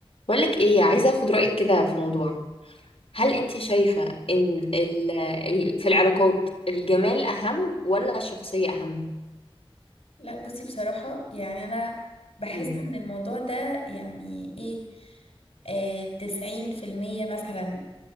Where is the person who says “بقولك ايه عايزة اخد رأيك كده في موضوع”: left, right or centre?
Left